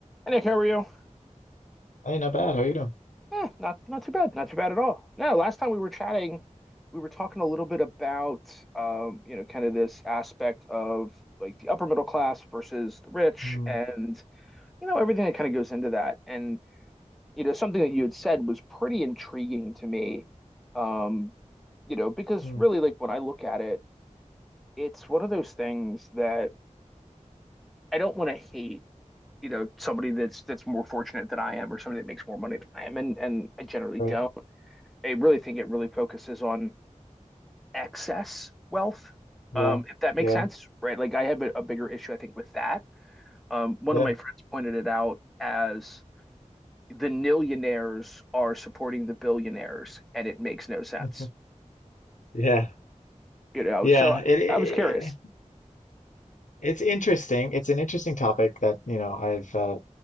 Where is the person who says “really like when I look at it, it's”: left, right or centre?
Centre